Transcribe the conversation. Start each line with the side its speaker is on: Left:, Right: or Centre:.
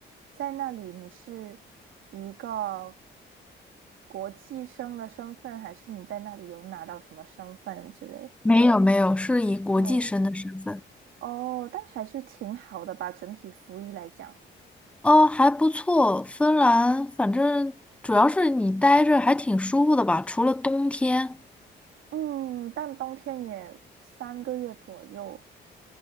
Right: 在那里你是一个国际生的身份，还是你在那里有拿到什么身份之类？
Centre: 没有没有，是以国际生的身份。
Right: 哦哦，但还是挺好的吧，整体福利来讲。
Centre: 哦，还不错，芬兰，反正主要是你待着还挺舒服的吧，除了冬天。
Right: 嗯，但冬天也三个月左右，